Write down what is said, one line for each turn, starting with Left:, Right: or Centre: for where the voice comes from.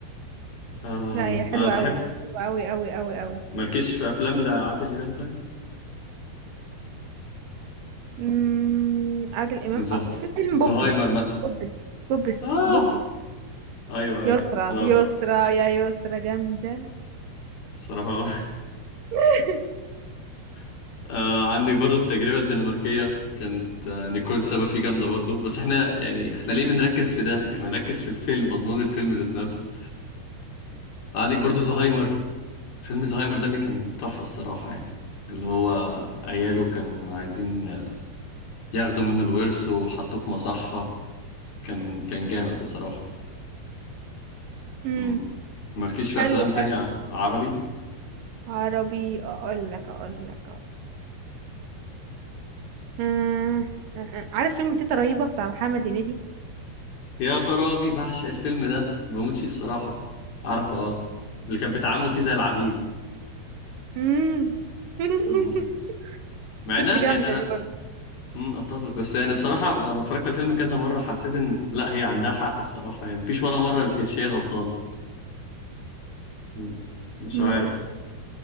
Left: آه...
Right: لا هي حلوه
Left: أنا بحب
Right: قوي حلوه قوي قوي قوي قوي
Left: مالكيش في أفلام لعادل إمام طيب؟
Right: امم عادل امام
Left: زه
Right: آه، في فيلم بوبس
Left: زهايمر مثلا
Right: بوبس بوبس
Left: آه
Right: بوبس
Left: أيوه
Right: يسرى
Left: أيوه أنا
Right: يسرى يا يسرى جامده
Left: الصراحة
Right: <laughs>
Left: <laughs> آه عندك برضو التجربة الدنماركية كانت آه، نيكول سابا فيه جامدة برضو بس احنا يعني احنا ليه بنركز في ده يعني ما نركز في الفيلم مضمون الفيلم ذات نفسه عندك برضو زهايمر فيلم زهايمر ده اللي كان تحفة الصراحة يعني اللي هو عياله كانوا عايزين آه، ياخدوا منه الورث وحطوه في مصحة كان كان جامد بصراحة
Right: امم
Left: مم. مالكيش في
Right: حلو
Left: أفلام تانية
Right: حلو
Left: ع- عربي
Right: عربي اقول لك اقول لك أقول. آه، آه، آه. عارف فيلم تيتا رهيبه بتاع محمد هنيدي
Left: يا خرابي بعشق الفيلم ده بموت فيه الصراحة عارفه اه اللي كان بيتعاملوا فيه زي العبيد
Right: مم. <laughs>
Left: مم. مع
Right: ست
Left: انها
Right: جامدة
Left: يعني انا
Right: دي برضه
Left: مم، اتفق بس يعني بصراحة لما اتفرجت على الفيلم كذا مرة حسيت ان لا هي عندها حق الصراحة يعني مفيش ولا مرة ما كانتش هي غلطانة مم. مش
Right: امم
Left: عارف